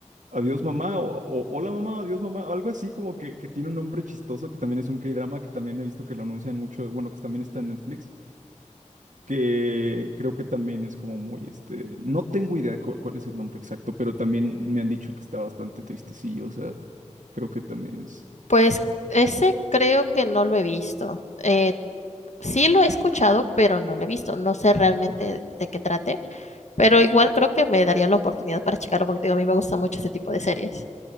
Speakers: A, on the right; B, on the left.
A: Adiós mamá, o, o Hola mamá, adiós mamá, algo así como que, que tiene un nombre chistoso, que también es un K-drama, que también he visto que lo anuncian mucho, bueno, que también está en Netflix, que creo que también es como muy, este, no tengo idea cu- cuál, es el nombre exacto, pero también me han dicho que está bastante tristecillo, o sea, creo que también es.
B: Pues ese creo que no lo he visto. Eh, sí lo he escuchado, pero no lo he visto. No sé realmente de qué trate, pero igual creo que me daría la oportunidad para checarlo porque te digo, a mí me gusta mucho ese tipo de series.